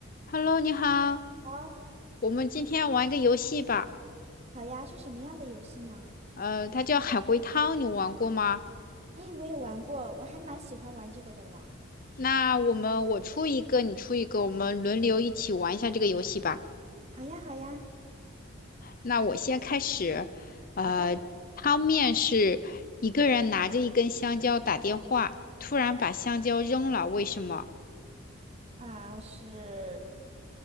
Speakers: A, on the left (about 40°); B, on the right (about 30°).
A: Hello，你好，
B: 好，
A: 我们今天玩一个游戏吧。
B: 好呀，是什么样的游戏呢？
A: 呃，它叫海龟汤，你玩过吗？
B: 哎，我也玩过，我还蛮喜欢玩这个的呢。
A: 那我们我出一个，你出一个，我们轮流一起玩一下这个游戏吧。
B: 好呀，好呀，
A: 那我先开始。呃，
B: 好的。
A: 汤面是一个人拿着一根香蕉打电话，突然把香蕉扔了，为什么？
B: 啊、是